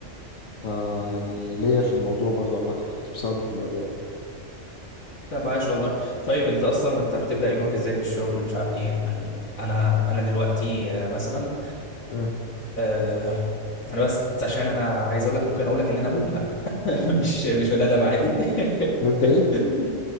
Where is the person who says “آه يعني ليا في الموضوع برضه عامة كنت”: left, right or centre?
Left